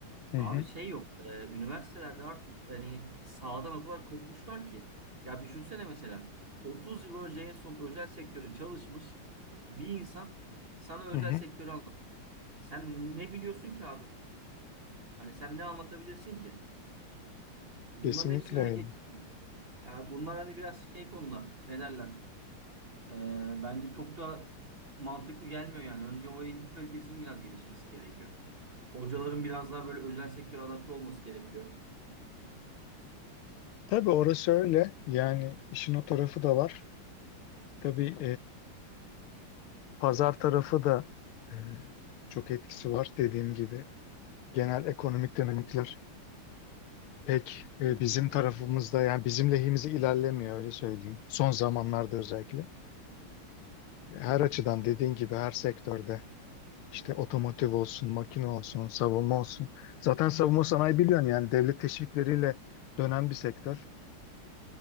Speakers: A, on the left (about 80°); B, on the right (about 45°).
A: Hı
B: Abi
A: hı,
B: şey yok. e, üniversitelerde artık hani sağdan o kadar kopmuşlar ki. Ya düşünsene mesela 30 yıl önce en son özel sektörde çalışmış bir insan sana özel
A: hı hı.
B: sektörü anlat. Sen ne biliyorsun ki abi? Hani sen ne anlatabilirsin ki? Bunların
A: Kesinlikle
B: hepsinden hani
A: öyle.
B: geç. Yani bunlar hani biraz şey konular. Ne derler? Ee, bence çok da mantıklı gelmiyor yani. Önce o eğitim kalitesinin biraz gelişmesi gerekiyor. Hocaların biraz daha böyle özel sektöre adapte olması gerekiyor.
A: Tabii orası öyle. Yani işin o tarafı da var. Tabii Pazar tarafı da e, çok etkisi var dediğim gibi. Genel ekonomik dinamikler pek
B: Kesinlikle.
A: e, bizim tarafımızda yani bizim lehimize ilerlemiyor öyle söyleyeyim. Son zamanlarda özellikle. Her açıdan dediğin gibi her sektörde işte otomotiv olsun, makine olsun, savunma olsun. Zaten savunma sanayi biliyorsun yani devlet teşvikleriyle dönen bir sektör.